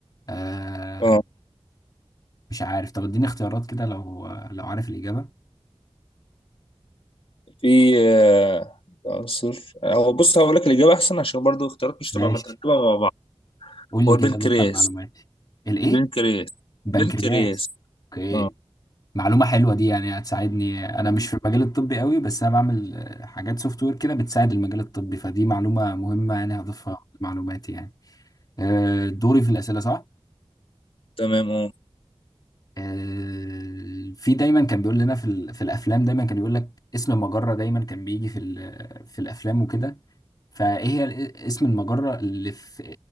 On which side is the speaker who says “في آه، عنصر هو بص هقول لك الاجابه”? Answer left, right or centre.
Left